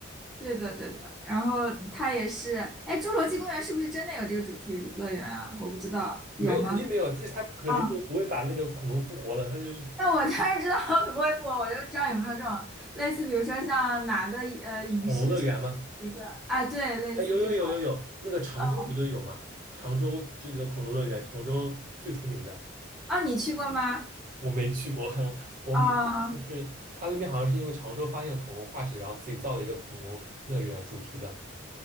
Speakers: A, in the centre; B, on the right.
A: 对的，对的。然后它也是，哎，《侏罗纪公园》是不是真的有这个主题乐园啊？我不知道，
B: 没有肯定没有，
A: 有吗？
B: 这他肯定不不会把那个恐龙复活了，
A: 啊，
B: 他就是
A: <laughs> 那我当然知道 <laughs> 不会不，我就知道有没有这种类似，比如说像哪个呃影视产
B: 恐龙乐园嘛。
A: 一个，哎，对，类似这种。
B: 哎，有有有有有，那个常州不就有吗？
A: 嗯
B: 常州这个恐龙乐园，常州最出名的，
A: 啊，你去过吗？
B: 我没去过。<laughs> 我们就是他那边好像是因为常州发现了恐龙化石，
A: 啊。
B: 然后自己造了一个恐龙乐园主题的，